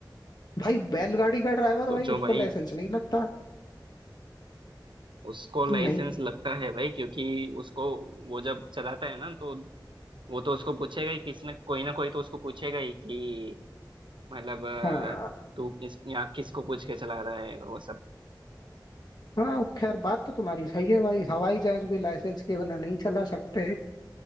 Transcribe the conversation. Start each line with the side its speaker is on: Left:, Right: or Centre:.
Left: भाई बैलगाड़ी का ड्राइवर
Right: सोचो
Left: भाई उसको
Right: भाई
Left: लाइसेंस नहीं लगता
Right: उसको लाइसेंस
Left: नहीं
Right: लगता है भाई क्योंकि उसको वो जब चलाता है ना तो वो तो उसको पूछेगा ही किसी ना कोई ना कोई तो उसको पूछेगा ही कि मतलब अ,
Left: हाँ
Right: तू इस यहाँ किसको पूछ के चला रहा है और वो सब
Left: हाँ खैर बात तो तुम्हारी सही है भाई हवाई जहाज भी लाइसेंस के बिना नहीं चला सकते